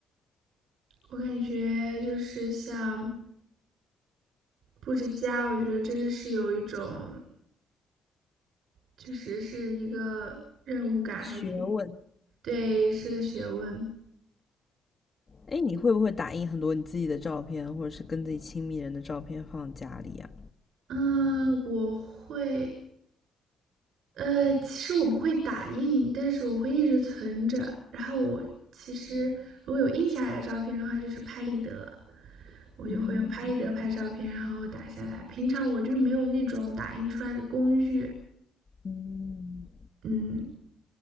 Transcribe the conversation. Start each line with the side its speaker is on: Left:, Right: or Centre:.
Right: 我感觉就是像布置家，我觉得真的是有一种，确实是一个任务感，
Left: 学问，
Right: 还挺，对，是个学问。
Left: 哎，你会不会打印很多你自己的照片，或者是跟自己亲密人的照片放家里呀？
Right: 嗯，我会，呃，其实我不会打印，但是我会一直存着。然后我其实如果有印下来的照片的话，就是拍立得，我就会用拍立得拍照片，
Left: 嗯
Right: 然后打下来。平常我就是没有那种打印出来的工具，
Left: 嗯。
Right: 嗯，